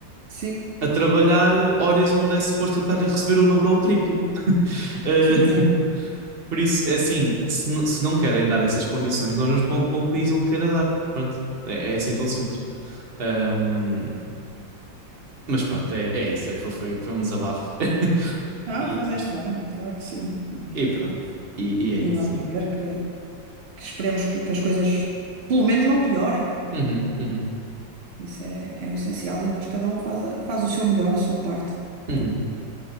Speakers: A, on the right (about 65°); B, on the right (about 40°).
A: sim,
B: a trabalhar eh, horas onde é suposto eu estar a receber o dobro ou o triplo. Eh,
A: sim,
B: <laughs>
A: é verdade.
B: por isso, é assim, se, n- se não querem dar essas condições, nós vamos para um, para um país onde queira dar. Pronto. É, é assim tão simples. Ahm, mas pronto, é, é isso. Foi, foi foi um desabafo. <laughs>
A: Não,
B: E-
A: fazeste bem, claro que sim. E,
B: E pronto. E, e é
A: e
B: isso.
A: vamos ver que, que esperemos que, que as coisas pelo menos não piorem. que
B: Uhum, uhum,
A: isso é, é o essencial e nós cada um faz, a- faz o seu melhor, a sua parte.
B: uhum.